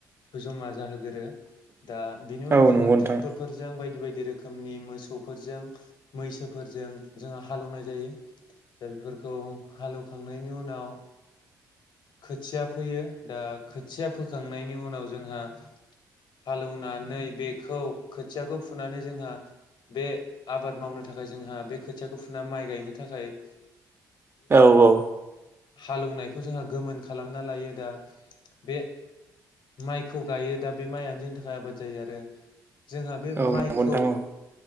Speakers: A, on the left (about 55°); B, on the right (about 25°).
A: जमा जाहोगोरो दा बिनि उनाव
B: औ
A: जोंहा
B: नंगौ नोंथां
A: ट्रेक्टरफोरजों बायदि बायदि बायदि रोखोमनि मोसौफोरजों मैसोफोरजों जोङो हालौवनाय जायो दा बेफोरखौ हालेवखांनायनि उनाव खोथिया फोयो दा खोथिया फोखांनायनि उनाव जोंहा हालौवनानै बेखौ खोथियाखौ फुनानै जोंहा बे आबाद मावनो थाखाय जोंहा बे खोथियाखौ फुना माइ गायनो थाखाय
B: औ औ
A: हालेवनायखौ जोंहा गोमोन खालामना लायो दा बे माइखौ गायो दा बे माइयनो जोंनि थाखाय आबाद जायो आरो जोंहा बे
B: औ
A: माइखौ
B: नंगौ नोंथां औ